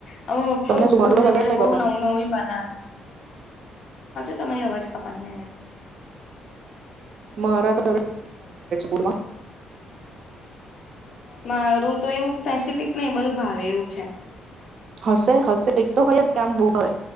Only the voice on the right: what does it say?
તમને શું
મારું ફેવરેટ
છે ઢોસા
મારા તો <unintelligible>
હશે હશે એક તો હોય જ કેમ બો ભાવે